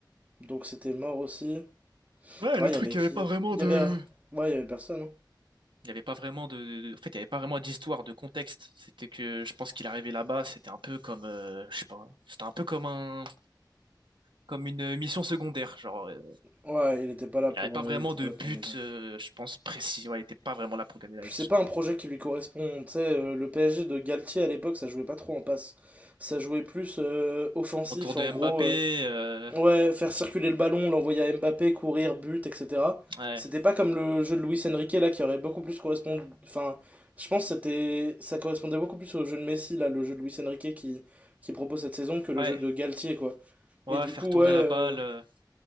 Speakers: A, on the right; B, on the right.
A: Donc, c'était mort aussi.
B: Ouais,
A: Ouais,
B: le truc,
A: il y avait
B: il
A: qui?
B: n'y avait pas vraiment
A: Il
B: de...
A: y avait. Ouais, il y avait personne. hein.
B: Il n'y avait pas vraiment de, de- de- en fait, il y avait pas vraiment d'histoire, de contexte. C'était que, je pense qu'il arrivait là-bas, c'était un peu comme, euh, je sais pas, c'était un peu comme un, comme une mission secondaire. Genre, euh,
A: Ouais, il était pas là
B: il
A: pour,
B: n'avait pas
A: euh,
B: vraiment
A: il était
B: de
A: pas là
B: but,
A: pour gagner.
B: euh, je pense, précis. Ouais, il était pas vraiment là pour gagner la
A: Puis,
B: Ligue
A: c'est
B: des Champions.
A: pas un projet qui lui correspond. Tu sais, euh, le PSG de Galtier à l'époque, ça jouait pas trop en passe. Ça jouait plus euh, offensif,
B: Autour de
A: en gros.
B: Mbappé,
A: euh,
B: euh,
A: Ouais, faire circuler le ballon, l'envoyer à Mbappé, courir, but, etc.
B: ouais,
A: C'était pas comme le jeu de Luis Enrique là qui aurait beaucoup plus correspondu. Enfin, je pense que c'était ça correspondait beaucoup plus au jeu de Messi là, le jeu de Luis Enrique qui qui propose cette saison que le
B: ouais,
A: jeu de Galtier quoi.
B: ouais,
A: Et du
B: faire
A: coup
B: tourner
A: ouais euh,
B: la balle, euh,